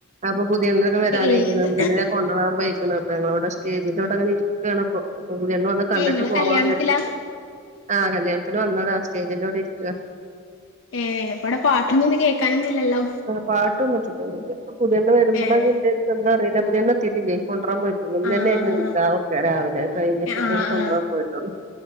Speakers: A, on the right (about 35°); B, on the left (about 65°).
A: അപ്പൊ പുതിയണ്ണ് ഒക്കെ വരാനയ്ക്ക്ണ്,
B: ഏത്
A: പുതിയണ്ണിനെ കൊണ്ടുവാൻ പോയ്ക്ക്ണ്. പ്പ ഞങ്ങള് വടെ സ്റ്റേജിന്റെ വടെങ്ങനെ ഇരിക്കാണ്പ്പൊ, അപ്പം പുതിയണ്ണ് വന്ന് കണ്ട്ട്ട്
B: ഏഹ് ഇങ്ങളെ
A: പോവാന്നര്തിട്ട്.
B: കല്യാണത്തിലാ
A: ആഹ്, കല്ല്യാണത്തിന് വന്നതാ സ്റ്റേജിന്റെ അവിടെ ഇരിക്കാ.
B: ഏഹ്, വടെ പാട്ടൊന്നൊന്ന് കേക്കാനൊന്നു ഇല്ലല്ലോ?
A: പാട്ടൊന്നുട്ട്ട്ടൊന്നുല്ല്യ. പ്പം പുത്യെണ്ണ് വെരുമ്പളൊഞ്ഞി
B: ഏഹ്
A: എന്തേ എന്താ അറീല. പുതിയെണ്ണെത്തിയിട്ടില്ലേ. കൊണ്ടറാൻ പോയിട്ടുള്ളൂ, ഇന്നെന്നെയ്രുന്നു
B: ആഹ്
A: നിക്കാഹൊക്കെ രാവിലെ അയ്കയ്ഞ്ഞിട്ടൊക്കൊല്
B: ആഹ്
A: കൊണ്ടറാൻ
B: ആഹ്
A: പോയിട്ടൊള്ളു.